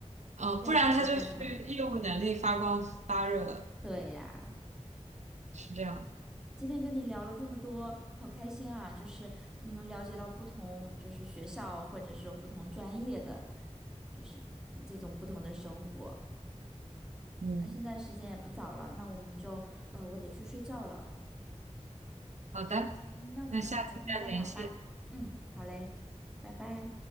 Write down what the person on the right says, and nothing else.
呃，
不然他就去业务能力发光发热了，
是这样的
嗯，
好的，
那下次再联系。